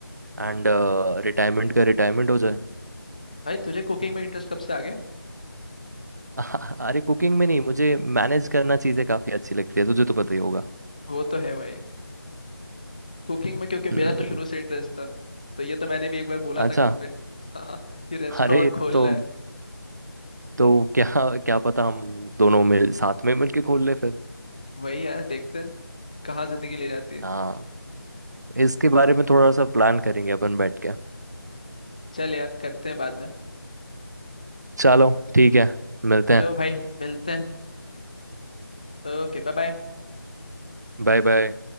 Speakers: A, on the left (about 20°); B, on the right (about 50°).
A: हम्म
B: एंड रिटायरमेंट का रिटायरमेंट हो जाए
A: भाई तुझे कुकिंग में इंटरेस्ट कब से आ गया
B: <laughs> अरे कुकिंग में नहीं मुझे मैनेज करना चीज़ें काफ़ी अच्छी लगती है तुझे तो पता ही होगा
A: वो तो है भाई कुकिंग में क्योंकि मेरा
B: हम्म
A: तो शुरू से इंटरेस्ट था तो ये तो मैंने भी एक बार बोला
B: अच्छा
A: था घर पे <laughs> हाँ कि रेस्टोरेंट
B: अरे
A: खोलना
B: तो
A: है
B: तो क्या क्या पता हम दोनों मिल साथ में मिलके खोल ले फिर
A: वही यार देखते हैं कहाँ जिंदगी ले जाती है
B: हाँ इसके बारे में थोड़ा सा प्लान करेंगे अपन बैठ के
A: चल यार करते हैं बाद में
B: चलो ठीक है मिलते
A: चलो
B: हैं
A: भाई मिलते हैं Okay bye bye
B: Bye bye